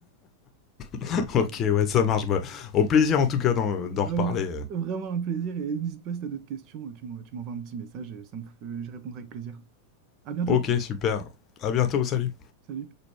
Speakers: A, on the left; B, on the right.
A: <laughs> ok, ouais, ça marche. bah, au plaisir, en tout cas, d'en
B: <laughs>
A: d'en
B: Un
A: reparler.
B: vrai- vraiment un plaisir. Et n'hésite pas si tu as d'autres questions, tu m'en- tu m'envoies un petit message et ça me, f- je répondrai avec plaisir. À bientôt.
A: Ok, super. À bientôt, salut.
B: Salut.